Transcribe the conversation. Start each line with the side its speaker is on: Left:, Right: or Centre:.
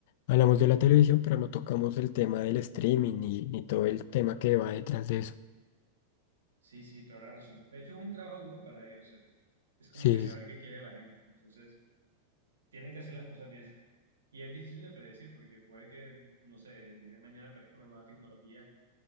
Left: hablamos de la televisión, pero no tocamos el tema del streaming ni, ni todo el tema que va detrás de eso.
Right: Sí, sí, toda la razón. De hecho, es un trabajo duro para ellos, ¿cierto? Es como
Left: Sí,
Right: que saber
Left: sí,
Right: qué quiere la gente. Entonces... tienen que hacer las cosas bien. <laughs> Y es difícil de predecir porque puede que, no sé, el día de mañana aparezca una nueva tecnología